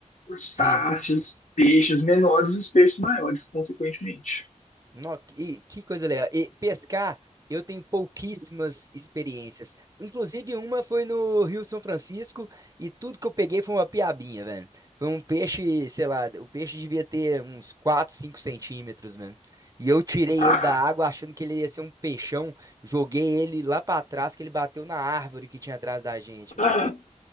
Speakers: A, on the left; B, on the right.
A: crustáceos,
B: sim.
A: peixes menores e os peixes maiores, consequentemente.
B: Nó e que coisa legal. E pescar, eu tenho pouquíssimas experiências. Inclusive, uma foi no Rio São Francisco e tudo que eu peguei foi uma piabinha, velho. Foi um peixe, sei lá, o peixe devia ter uns 4, 5 centímetros, velho. E eu tirei
A: Ah,
B: ele da água achando que ele ia ser um peixão. Joguei ele lá pra trás, que ele bateu na árvore que tinha atrás da gente,
A: ah,
B: velho.